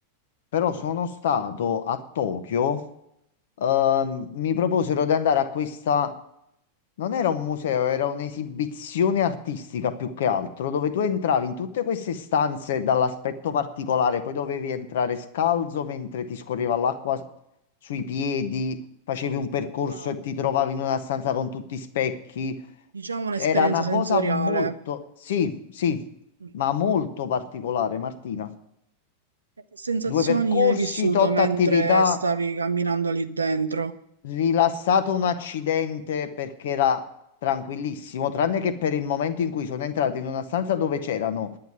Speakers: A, on the left (about 55°); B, on the right (about 75°).
A: però
B: Mm.
A: sono stato a Tokyo. Ehm, mi proposero di andare a questa Non era un museo, era un'esibizione artistica più che altro, dove tu entravi in tutte queste stanze dall'aspetto particolare, poi dovevi entrare scalzo mentre ti scorreva l'acqua sui piedi, facevi un percorso
B: Ah,
A: e ti trovavi in una stanza con tutti i specchi.
B: diciamo un'esperienza
A: Era una
B: sensoriale.
A: cosa molto, sì, sì,
B: Mm.
A: ma molto particolare, Martina.
B: Che sensazioni
A: Due percorsi,
B: hai vissuto
A: tot
B: mentre
A: attività.
B: stavi camminando lì dentro?
A: rilassato un accidente perché era tranquillissimo, tranne che per il momento in cui sono entrato in una stanza dove c'erano